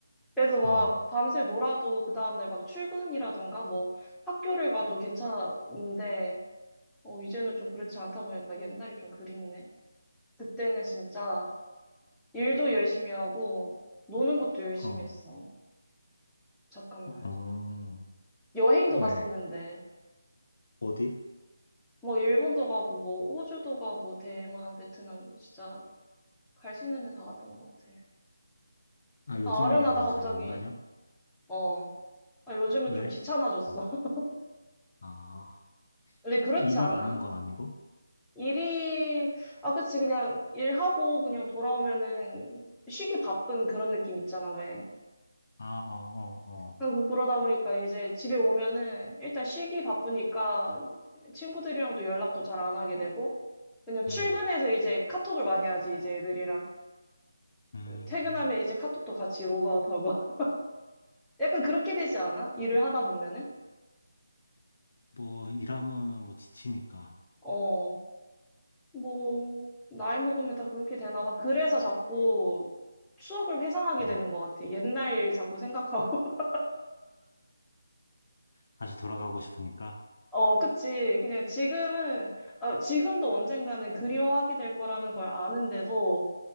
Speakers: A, in the centre; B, on the left (about 50°).
A: 그래서 막
B: 어,
A: 밤새 놀아도 그 다음날 막 출근이라던가 뭐 학교를 가도 괜찮은데, 어, 이제는 좀 그렇지 않다 보니까 옛날이 좀 그립네. 그때는 진짜 일도 열심히 하고, 노는 것도 열심히
B: 어,
A: 했어. 잠깐만.
B: 어.
A: 여행도
B: 왜?
A: 갔었는데,
B: 어디?
A: 뭐 일본도 가고, 뭐 호주도 가고, 대만, 베트남, 진짜 갈 수 있는 데 다 갔던 것 같아.
B: 아, 요즘에는
A: 아, 아련하다,
B: 그럼
A: 갑자기.
B: 잘 안 다녀?
A: 어. 아, 요즘은
B: 왜?
A: 좀 귀찮아졌어.
B: 어.
A: <laughs>
B: 아,
A: 근데 그렇지
B: 일이
A: 않아?
B: 많은 건 아니고?
A: 일이, 아, 그치. 그냥 일하고 그냥 돌아오면은 쉬기 바쁜 그런 느낌 있잖아, 왜.
B: 아, 어, 어, 어.
A: 아, 그, 그러다 보니까 이제 집에 오면은 일단 쉬기 바쁘니까 친구들이랑도 연락도 잘 안 하게 되고, 그냥 출근해서
B: 음,
A: 이제 카톡을 많이 하지, 이제 애들이랑.
B: 음.
A: 퇴근하면 이제 카톡도 같이 로그아웃하고. <laughs> 약간 그렇게 되지 않아? 일을 하다 보면은?
B: 뭐 일하면은 뭐 지치니까.
A: 어. 뭐, 나이 먹으면 다 그렇게 되나 봐. 그래서 자꾸 추억을 회상하게
B: 어.
A: 되는 것 같아. 옛날 일 자꾸 생각하고. <laughs>
B: 다시 돌아가고 싶으니까.
A: 어, 그치. 그냥 지금은, 어 지금도 언젠가는 그리워하게 될 거라는 걸 아는데도